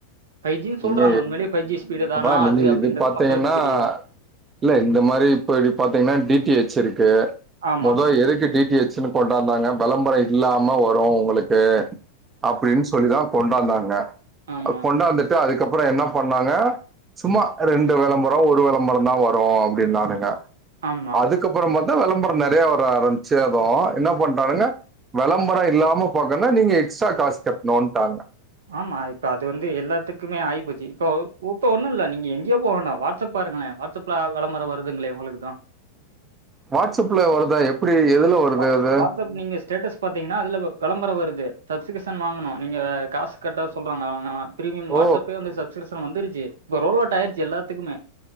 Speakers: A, on the right; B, on the right.
A: ஃபைஜின்னு
B: நீங்க
A: சொல்றாங்க உண்மையிலே ஃபைஜி ஸ்பீடு தானா
B: அப்பா நீங்க
A: அது அப்டின்றது
B: இது பாத்தீங்கன்னா
A: மக்களுக்கு தெரியாது
B: இல்ல இந்த மாரி இப்போ இப்டி பாத்தீங்ன்னா டி டி எச் இருக்கு
A: ஆமாங்க
B: மொதோ எதுக்கு டி டி எச்ன்னு போட்டார்ந்தாங்க விளம்பரம் இல்லாம வரும் உங்களுக்கு அப்படின்னு சொ சொல்லிதான் கொண்டாந்தாங்க
A: ஆ
B: அ கொண்டாந்துட்டு அதுக்கப்புறம் என்ன பண்ணாங்க சும்மா ரெண்டு விளம்பரம் ஒரு விளம்பரம் தான் வரும் அப்படின்னு நானுங்க
A: ஆமா
B: அதுக் கப்புறம் பாத்தா விளம்பரம் நிறைய வர ஆரம்பிச்சேதோ என்ன பண்டானுங்க விளம்பரம் இல்லாம பாக்கனா நீங்க எக்ஸ்ட்ரா காசு கட்டணும்ட்டாங்க
A: ஆமா இப்ப அது வந்து எல்லாத்துக்குமே ஆயிப்போச்சு இப்ப இப்ப ஒன்னும் இல்ல நீ எங்கயோ போவேனா வாட்ஸ்அப் பாருங்களே வாட்ஸ்அப்ல விளபரம் வருதுங்களே உங்களுக்கு தான்
B: வாட்ஸ்அப்ல வருதா எப்டி எதுல வருது
A: வா
B: அது
A: வாட்ஸ்அப் நீங்க ஸ்டேட்டஸ் பாத்தீங்கன்னா அதுல விளம்பரம் வருது சப்ஸ்கிப்ஷன் வாங்கணும் நீங்க காசு கட்ட சொல்றாங்க வாங்குனா பிரீமியம்
B: ஓ
A: வாட்ஸ்அப்பே வந்து சப்ஸ்கிரிப்ஷன் வந்துருச்சு இப்ப ரோல் அவுட் ஆயிருச்சு எல்லாத்துக்குே